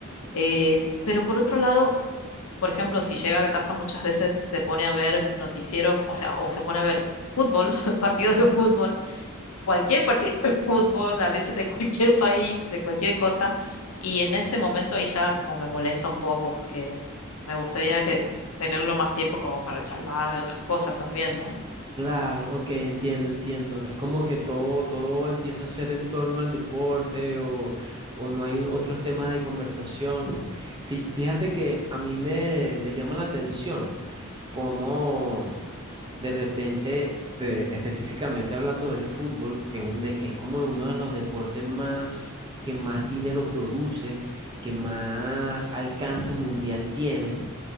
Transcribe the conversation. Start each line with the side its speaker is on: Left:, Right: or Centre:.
Left: eh, pero por otro lado, por ejemplo, si llega a la casa muchas veces se pone a ver noticieros, o sea, o se pone a ver fútbol, <laughs> partidos de fútbol cualquier partido de <laughs> fútbol, a veces de cualquier país, de cualquier cosa, y en ese momento ahí ya como me molesta un poco, porque me gustaría que tenerlo más tiempo como para charlar de otras cosas también, ¿no?
Right: Claro, ok, entiendo, entiendo. Es como que todo, todo empieza a ser en torno al deporte o, o no hay u- otros temas de conversación. Fí- Fíjate que a mí me, me llama la atención cómo de repente, de- específicamente hablando del fútbol, que es un de- que es como uno de los deportes más que más dinero produce, que más alcance mundial tiene.